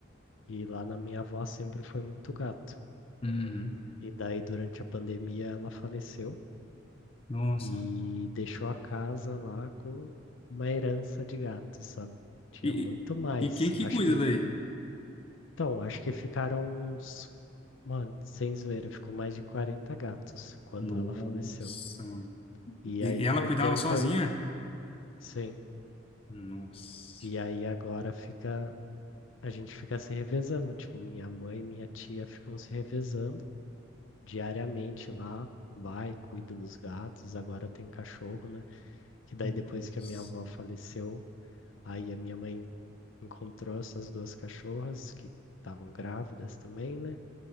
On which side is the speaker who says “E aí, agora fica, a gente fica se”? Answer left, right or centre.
Left